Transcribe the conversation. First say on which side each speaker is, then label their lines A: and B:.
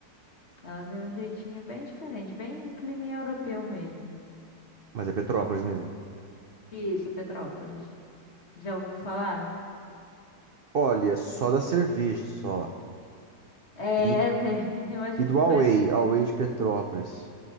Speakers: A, on the left (about 40°); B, on the right (about 55°).
A: Ela tem um jeitinho bem diferente, bem um clima europeu mesmo.
B: Mas é Petrópolis mesmo.
A: Isso, Petrópolis. Já ouviu falar?
B: Olha, só da cerveja, só.
A: É,
B: E,
A: é, tem <laughs> umas...
B: e do Away,
A: umas-
B: Away de Petrópolis.